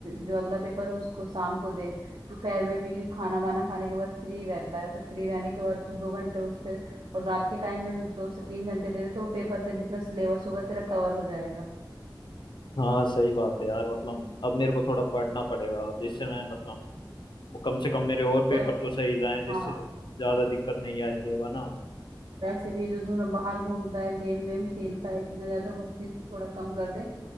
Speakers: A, on the right; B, on the left.
A: जो अगला पेपर है उसको शाम को दे दोपहर में भी खाना वाना खाने के बाद फ्री रहता है तो फ्री रहने के बाद तू दो घंटे उस पे और रात के टाइम में भी दो से तीन घंटे दे दे तो पेपर का जितना सिलेबस होगा तेरा कवर हो जाएगा
B: हाँ सही बात है यार मतलब अब मेरे को थोड़ा पढ़ना पड़ेगा जिससे मैं मतलब कम से कम मेरे और पेपर
A: वैसे
B: तो सही जाएं जिससे
A: हाँ
B: ज्यादा दिक्कत नहीं आएगी अब है ना
A: वैसे भी जो तू ना बाहर घूमता है गेम वेम खेलता है इतना ज्यादा उस चीज को थोड़ा कम कर दे